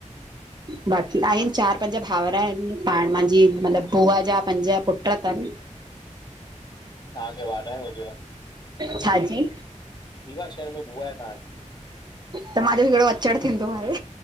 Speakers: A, on the left; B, on the right.
A: छा आहे?
B: बाक़ी आहिनि चारि पंज भाउर आहिनि पाण, मुंहिंजी मतिलबु बुआ जा पंज पुट अथनि
A: तव्हांखे वाधायूं हूजेव।
B: छाजी?
A: रीवा शहर में बुआ आहे तव्हां जी।
B: त मुंहिंजो केहिड़ो अचड़ थींदो आहे?